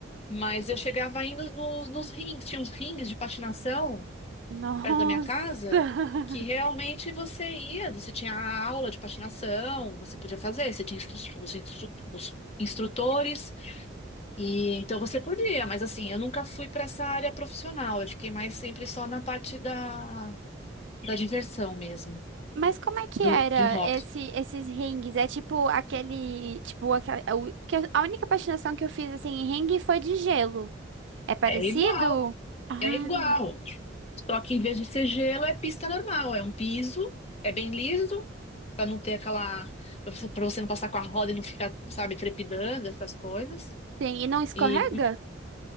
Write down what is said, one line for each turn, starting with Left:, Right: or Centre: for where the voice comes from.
Left: Mas eu chegava indo nos, nos rings, tinha uns rings de patinação
Right: Nossa!
Left: perto da minha casa,
Right: <laughs>
Left: que realmente você ia, você tinha a aula de patinação, você podia fazer, você tinha instru- os, instru- os instrutores, e então você podia, mas assim, eu nunca fui para essa área profissional, eu fiquei mais sempre só na parte da, da diversão mesmo,
Right: Mas como é que
Left: do,
Right: era
Left: de hobby.
Right: esse, esses ringues? É tipo aquele, tipo, aquela, a u- porque a única patinação que eu fiz, assim, em ringue foi de gelo. É parecido?
Left: É igual.
Right: Ah,
Left: É igual. Só que em vez de ser gelo, é pista normal. É um piso, é bem liso, pra não ter aquela. Pra você pra você não passar com a roda e não ficar, sabe, trepidando, essas coisas.
Right: sim. E não escorrega?
Left: E hum,